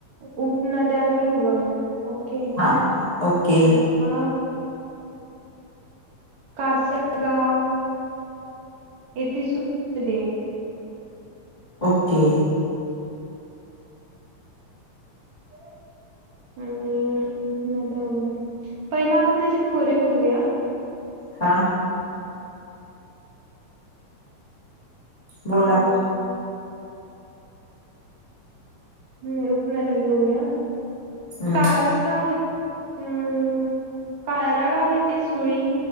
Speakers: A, on the right; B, on the left.
A: उपनद्या आणि उगम... ओके...
B: हा ओके
A: <unintelligible> कासलगाव येथे <unintelligible> दे.
B: ओक्के.
A: <unintelligible> आणि... नद्या <unintelligible> पहिलं आपण त्याचे खोरे बघूया
B: हा. बोला.
A: अ नई उपनदयाच बघूया,
B: हम्म
A: काळस गाव ये... हम्म. कायरागाव येथे... सुळी